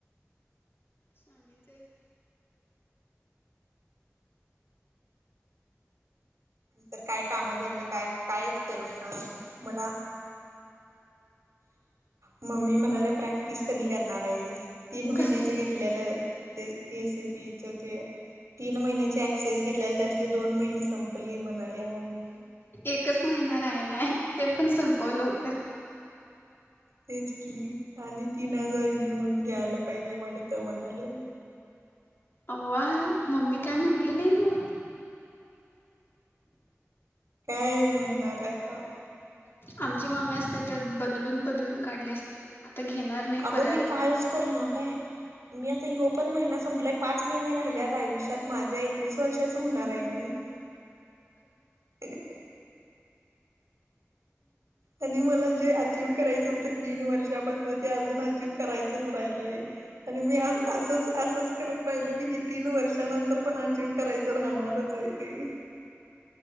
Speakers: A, on the left; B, on the right.
A: शान त <unintelligible>
B: तर काय कामधंद काय कायच करू सांग मला- मम्मी म्हणाल्या प्रॅक्टिस कधी करणार हाईस? तीन महिनच
A: कसली
B: घेतलेलं ते ए से पी च ते, तीन महिन्या एक्सेस घेतल्याल त्यातले दोन महिने संपली म्हणाल्या मम्मी.
A: एकच महिना राहिलाय ते पण संपव लवकर.
B: तेच की आणि तीन हजार घेऊन घ्यायला पाहिजे वाटतं म्हणाले..
A: आहों आहे मम्मी काय म्हटली नाही मग?
B: काय येऊनणार आहे आता.
A: आमची मम्मी असते ते बदडून, बदडून काढली असती. आता घेणार. नाही
B: अगं
A: परत
B: मी कायच करना काय मी आता ह्यो पण महिना संपलाय पाच महिने राहिल्यात आयुष्यात माझ्या एकवीस वर्षाच होणार आहे मी. <inaudible> आणि मला जे अचव करायचं होतं तीन वर्षापासून अजून अचव. करायचच राहिलय, आणि मी आज असंच असंच करत राहिल की नाही तीन वर्षानंतर पण अचीव करायचं राहणारच आहे तेी.